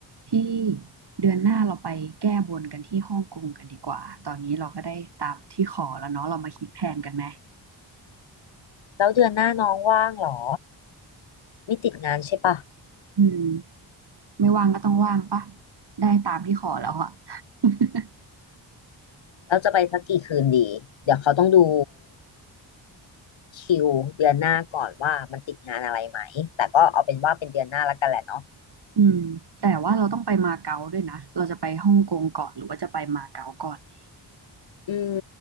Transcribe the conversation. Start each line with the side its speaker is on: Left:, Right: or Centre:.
Right: พี่เดือนหน้าเราไปแก้บนกันที่ฮ่องกงกันดีกว่าตอนนี้เราก็ได้ตามที่ขอแล้วเนาะเรามาคิดแผนกันไหม
Left: แล้วเดือนหน้าน้องว่างเหรอไม่ติดงานใช่ปะ
Right: อืมไม่ว่างก็ต้องว่างปะได้ตามที่ขอแล้วอะ <laughs>
Left: แล้วจะไปสักกี่คืนดีเดี๋ยวเขาต้องดูคิวเดือนหน้าก่อนว่ามันติดงานอะไรไหมแต่ก็เอาเป็นว่าเป็นเดือนหน้าและกันแหละเนาะ
Right: อืมแต่ว่าเราต้องไปมาเก๊าด้วยนะ เราจะไปฮ่องกงก่อนหรือว่าจะไปมาเก๊าก่อนดี
Left: อืม